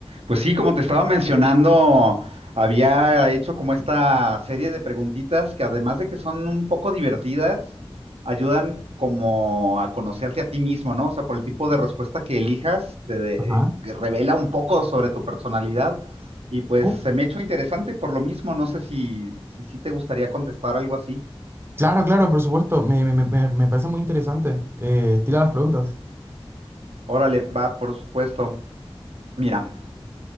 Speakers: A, on the right (about 85°); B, on the right (about 25°).
A: Pues sí, como te estaba mencionando, había hecho como esta serie de preguntitas que además de que son un poco divertidas, ayudan como a conocerte a ti mismo, ¿no? O sea, por el tipo de respuesta que elijas, te de-
B: Ah,
A: eh, que revela un poco sobre tu personalidad. Y pues
B: oh,
A: se me ha hecho interesante por lo mismo. No sé si, si, si te gustaría contestar algo así.
B: Claro, claro, por supuesto. Me, me- me- me parece muy interesante. Eh, tira las preguntas.
A: Órale, va, por supuesto. Mira.